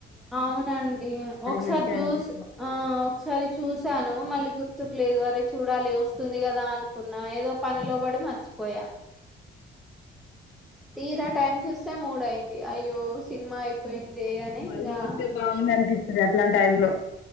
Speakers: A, in the centre; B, on the left (about 85°).
A: ఔనండి ఒక్సరీ
B: మంచిగా
A: జూస్
B: అనిపిస్తుంది
A: ఆ ఒకసారి చూసాను మళ్ళీ గుర్తుకు లేదు అరే చూడాలి వస్తుంది కదా అనుకున్నా ఏదో పనిలో పడి మర్చిపోయా తీరా టైం చూస్తే మూడైంది అ య్యో సిన్మైపోయిందే అని ఇంగా
B: మళ్ళీవొస్తే బాగుండన్పిస్తది అట్లాం టైమ్ లో